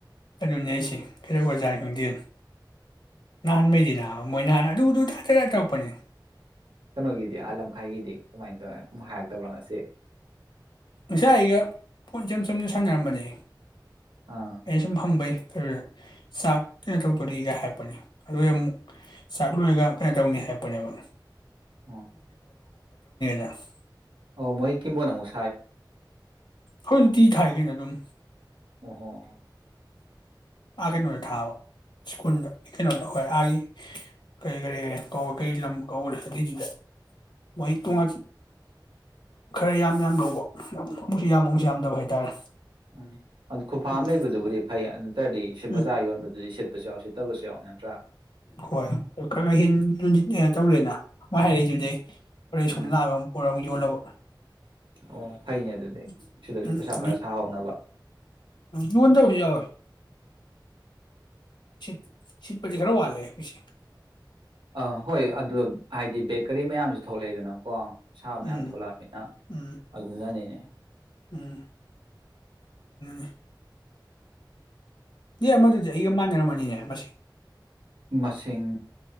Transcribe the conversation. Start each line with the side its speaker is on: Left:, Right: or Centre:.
Left: ꯑꯗꯨꯅꯤ ꯍꯥꯏꯁꯦ ꯀꯦꯔꯛ ꯑꯣꯖꯥ ꯗꯨꯗꯤ ꯅꯍꯥꯟꯃꯩꯗꯤ ꯅꯥꯕ ꯃꯣꯏ ꯅꯍꯥꯟ ꯑꯗꯨ ꯑꯗꯨ ꯇꯗ ꯇꯗ ꯇꯧꯔꯛꯄꯅꯦ
Right: ꯀꯩꯅꯣꯒꯤꯗꯤ ꯑꯥꯂꯝꯈꯥꯏꯒꯤꯗꯤ ꯀꯃꯥꯏꯅ ꯇꯧ ꯑꯃꯨꯛ ꯍꯥꯏꯔꯛꯇꯕ꯭ꯔꯥ ꯉꯁꯤ
Left: ꯉꯁꯥꯏ ꯑꯩꯒ ꯐꯣꯟ ꯏꯆꯝ ꯆꯝꯅ ꯁꯥꯟꯅꯔꯝꯕꯅꯦ
Right: ꯑꯥ
Left: ꯑꯩꯅ ꯁꯨꯝ ꯍꯪꯕꯩ ꯑꯗꯨ ꯆꯥꯛ ꯀꯩꯅꯣ ꯇꯧꯗꯣꯔꯤꯒ ꯍꯥꯏꯔꯛꯄꯅꯦ ꯑꯗꯣꯏ ꯑꯃꯨꯛ ꯆꯥꯛ ꯂꯣꯏꯔꯒ ꯀꯩꯅꯣ ꯇꯧꯅꯤ ꯍꯥꯏꯔꯛꯄꯅꯦꯕ
Right: ꯑꯣ
Left: <unintelligible> <unintelligible>
Right: ꯑꯣ ꯃꯣꯏ ꯀꯤꯡꯕꯣꯟ ꯃꯨꯛ
Left: ꯍꯣꯏ <unintelligible> ꯊꯥꯏ ꯀꯩꯅꯣ ꯔꯨꯝ
Right: ꯑꯣ ꯍꯣ ꯍꯣ
Left: ꯑꯥ ꯀꯩꯅꯣꯗ ꯊꯥꯕ ꯁ꯭ꯀꯨꯜꯗ ꯀꯩꯅꯣꯗ ꯍꯣꯏ ꯑꯥꯒꯤ ꯀꯔꯤ ꯀꯔꯤ ꯀꯩ ꯂꯝ ꯀꯧꯕ ꯑꯗꯨꯏꯗꯨꯗ ꯃꯣꯏ
Right: ꯑꯣ
Left: ꯇꯣꯡꯉ ꯈꯔ ꯌꯥꯝ ꯌꯥꯝ ꯂꯧꯕ ꯌꯥꯝ ꯑꯃꯨꯛꯁꯨ ꯌꯥꯝꯃꯨꯛꯁꯨ ꯌꯥꯝꯗꯕ ꯍꯥꯏꯇꯥꯔꯦ
Right: ꯎꯝ ꯑꯗꯨ ꯈꯨꯐꯥ
Left: ꯎꯝ
Right: ꯑꯃ ꯂꯩꯕꯗꯨꯕꯨꯗꯤ ꯐꯩ ꯇ꯭ꯔꯥꯗꯤ ꯁꯤ ꯕꯖꯥꯔ
Left: ꯎꯝ
Right: ꯖꯥ ꯌꯣꯟꯕꯗꯨꯗꯤ ꯁꯤꯠ <unintelligible>
Left: ꯍꯣꯏ ꯑꯣ ꯈꯔ ꯍꯦꯟ <unintelligible> ꯑꯦ ꯇꯧꯔꯦꯅ ꯃꯥꯏ ꯍꯥꯏꯔꯛꯏ ꯍꯣꯔꯦꯟ
Right: ꯎꯝ
Left: ꯁꯣꯝꯗ ꯂꯛꯑꯒ ꯌꯣꯜꯂꯕꯣ
Right: ꯑꯣ ꯐꯩꯅꯦ ꯑꯗꯨꯗꯤ
Left: <unintelligible>
Right: ꯁꯤꯗꯁꯨ ꯄꯩꯁꯥ ꯈꯔ ꯁꯥꯍꯧꯅꯕ
Left: ꯌꫭꯟꯗꯕꯁꯨ ꯌꯥꯎꯋꯦ <unintelligible> ꯁꯤꯠꯄꯗꯤ ꯈꯔ ꯋꯥꯂꯦ <unintelligible>
Right: ꯑ ꯍꯣꯏ ꯑꯗꯨ ꯍꯥꯏꯗꯤ ꯕꯦꯀꯔꯤ ꯃꯌꯥꯝꯁꯨ ꯊꯣꯛꯂꯛꯏꯗꯅ ꯀꯣ ꯁꯥ ꯃꯌꯥꯝ
Left: ꯎꯝ
Right: ꯊꯣꯛꯂꯛꯑꯃꯤꯅ
Left: ꯎꯝ
Right: ꯑꯗꯨꯅꯅꯤꯅꯦ
Left: ꯎꯝ <unintelligible> ꯌꯦ ꯑꯃꯗꯨꯗꯤ ꯑꯩꯒ ꯃꯥꯅꯔꯝꯅꯤ <unintelligible> ꯃꯁꯤ
Right: ꯃꯁꯤꯡ